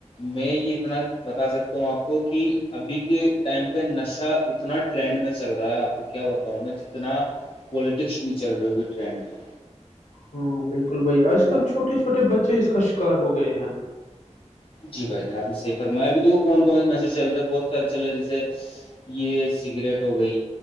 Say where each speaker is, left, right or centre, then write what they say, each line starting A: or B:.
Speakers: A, on the left (about 45°); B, on the left (about 80°).
A: میں یہ اتنا بتا سکتا ہوں آپ کو کہ ابھی کے ٹائم پہ نشہ اتنا ٹرینڈ میں چل رہا ہے آپ کو کیا بتاؤں میں جتنا پوالٹکس نہیں چل رہی ہوی ٹرینڈ میں
B: ہاں بالکل بھائی آج
A: اب
B: کل چھوٹے چھوٹے بچے اس کا شکار ہو گئے ہیں
A: جی بھائی جان آپ نے صح فرمایا بھی د کون کون سے نشے چل رہے بہت سارے چل رہے جیسے یہ سگریٹ ہو گئی